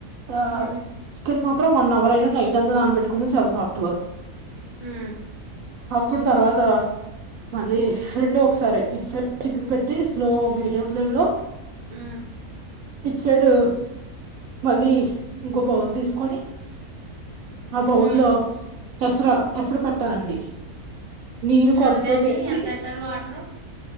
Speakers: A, on the right (about 70°); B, on the right (about 20°).
A: ఆ
B: మ్మ్
A: చికెన్ మాత్రం వన్ అవర్ అయినా. నైట్ అంతా నానబెట్టుకున్న చాలా సాఫ్ట్ గా అవుతుంది.
B: ఉమ్
A: అప్పుడు తర్వాత మళ్ళీ రెండో ఒకసారే ఇట్ సైడ్ చికెన్ పెట్టి. స్లో, మీడియం ఫ్లేమ్ లో
B: హ్మ్మ్
A: ఇట్ సైడు మళ్ళీ ఇంకో బౌల్ తీసుకొని ఆ బౌల్లో
B: మ్మ్
A: ఎస్ర ఎసరు పెట్టాలండీ. నీరు కొల్తతోటేసి
B: ఎంత అండి ఎంత ఎట్టాలి వాటరు